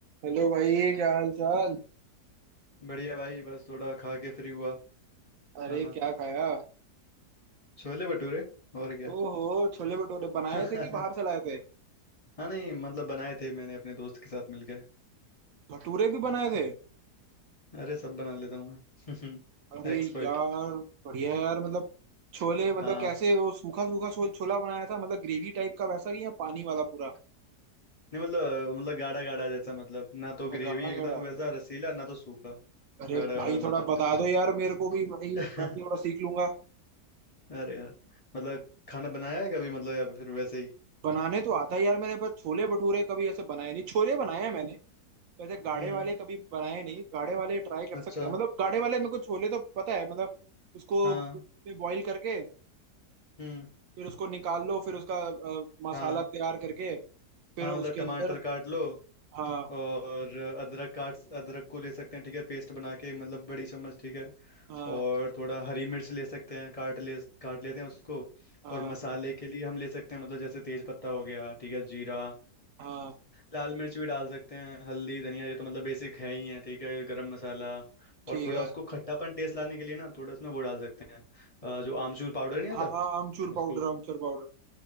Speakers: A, on the right (about 70°); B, on the left (about 30°).
A: Hello भाई क्या हाल चाल
B: बढ़िया भाई बस थोड़ा खा के फ्री हुआ
A: अरे
B: खाना
A: क्या खाया
B: छोले भटूरे और क्या
A: ओहो छोले भटूरे बनाए
B: <laughs>
A: थे कि बाहर से लाए थे
B: हाँ नहीं मतलब बनाए थे मैंने अपने दोस्त के साथ मिलके
A: भटूरे भी बनाए थे
B: अरे सब बना लेता हूँ मैं
A: अरे
B: <laughs> एक्सपर्ट
A: यार बढ़िया यार मतलब छोले मतलब
B: हाँ
A: कैसे वो सूखा सूखा छो, छोला बनाया था मतलब ग्रेवी टाइप का वैसा कि या पानी वाला पूरा
B: नहीं मतलब मतलब गाढ़ा गाढ़ा जैसा मतलब ना तो ग्रेवी
A: गाढ़ा
B: एकदम
A: गाढ़ा
B: वैसा रसीला ना तो सूखा
A: अरे
B: गाढ़ा गाढ़ा
A: भाई
B: बनाता
A: थोड़ा बता दो यार मेरे को भी भाई
B: हूँ
A: मैं भी
B: <laughs>
A: थोड़ा सीख लूंगा
B: अरे यार मतलब खाना बनाया है कभी मतलब या फिर वैसे ही
A: बनाने तो आता है यार मैंने पर छोले भटूरे कभी ऐसे बनाए नहीं छोले बनाए हैं मैंने वैसे गाढ़े
B: हम्म
A: वाले कभी बनाए नहीं गाढ़े वाले ट्राई कर सकते
B: अच्छा
A: हैं मतलब गाढ़े वाले में कुछ छोले तो पता है मतलब उसको
B: हाँ
A: कुकर में बॉईल करके
B: हम्म
A: फिर उसको निकाल लो फिर उसका अ, मसाला
B: हाँ
A: तैयार करके फिर
B: हाँ
A: उसके
B: मतलब टमाटर
A: अंदर
B: काट लो
A: हाँ
B: और अदरक काट अदरक को ले सकते हैं ठीक है पेस्ट बना के मतलब बड़ी चम्मच ठीक है
A: हाँ
B: और थोड़ा हरी मिर्च ले सकते हैं काट ले काट लेते हैं उसको
A: हाँ
B: और मसाले के लिए हम ले सकते हैं मतलब जैसे तेज पत्ता हो गया ठीक है जीरा
A: हाँ
B: लाल मिर्च भी डाल सकते हैं हल्दी धनिया ये तो मतलब बेसिक है ही है ठीक है गरम मसाला
A: ठीक
B: और थोड़ा
A: है
B: उसको खट्टापन टेस्ट लाने के लिए ना थोड़ा उसमें वो डाल सकते हैं अ, जो आमचूर पाउडर नहीं आता
A: हाँ हाँ आमचूर
B: उसको
A: पाउडर आमचूर पाउडर